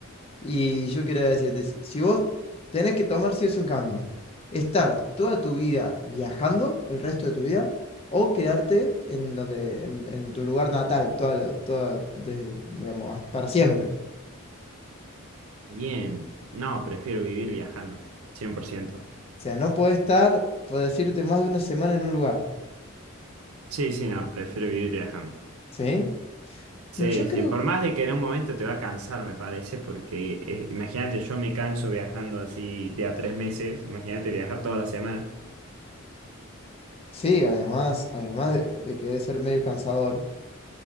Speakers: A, on the left (about 30°); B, on the right (about 85°).
A: Y yo quiero decirte, si si vos tenés que tomar sí o sí un camino, estar toda tu vida viajando, el resto de tu vida, o quedarte en donde, en, en tu lugar natal, toda, la- toda, desde, digamos, hasta- para siempre.
B: Bien. No, prefiero vivir viajando, cien por ciento
A: O sea, no podés estar, por decirte, más de una semana en un lugar,
B: Sí, sí, no, prefiero vivir viajando.
A: ¿sí?
B: Sí,
A: No, Yo creo,
B: sí, por más de que en un momento te va a cansar, me parece, porque eh, imagínate, yo me canso viajando así de a tres meses, imagínate viajar toda la semana,
A: sí, además, además de, de que debe ser medio cansador,